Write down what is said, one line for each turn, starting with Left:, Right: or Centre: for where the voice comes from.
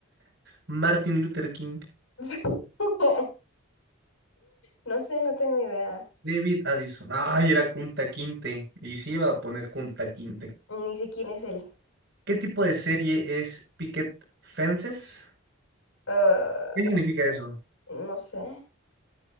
Right: Martin Luther King,
Left: <laughs> No sé, no tengo idea.
Right: David Addison. Ay, era Kunta Quinte. Y sí iba a poner Kunta Quinte.
Left: Ni sé quién es él.
Right: ¿Qué tipo de serie es Picket Fences?
Left: Ah,
Right: ¿Qué significa eso?
Left: no sé.